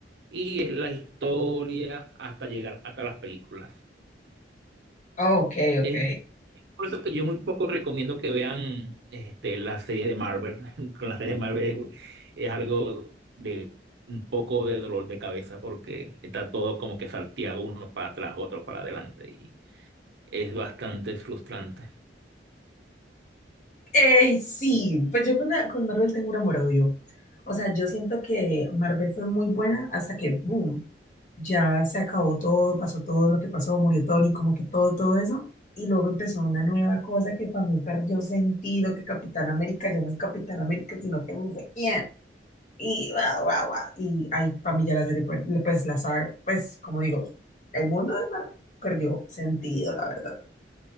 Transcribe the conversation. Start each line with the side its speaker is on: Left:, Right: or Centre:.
Right: y es la historia hasta llegar hasta las películas.
Left: Ok,
Right: Es
Left: ok.
Right: Por eso que yo muy poco recomiendo que vean este, las series de Marvel. <laughs> Con las series de Marvel es, es algo de un poco de dolor de cabeza porque está todo como que salteado uno para atrás, otro para adelante y es bastante frustrante.
Left: Eh, sí, pues yo con, la- con Marvel tengo un amor-odio. O sea, yo siento que Marvel fue muy buena hasta que, boom, ya se acabó todo, pasó todo lo que pasó, murió Tony, como que todo, todo eso. Y luego empezó una nueva cosa que para mí perdió sentido, que Capitán América ya no es Capitán América, sino que no sé quién. Y guau, guau, guau. Y ahí, para mí ya la serie, pues, pues, la saga, pues, como digo, el mundo de Marvel perdió sentido, la verdad.